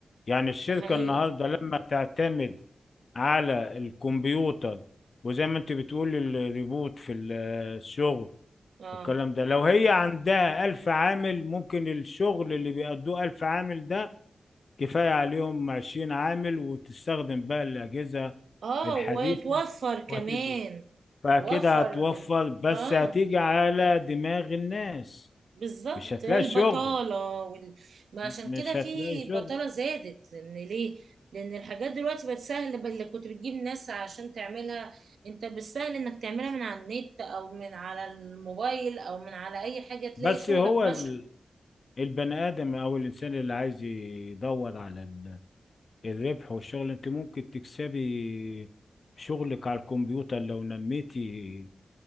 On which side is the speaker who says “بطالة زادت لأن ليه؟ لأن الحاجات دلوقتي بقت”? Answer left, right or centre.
Right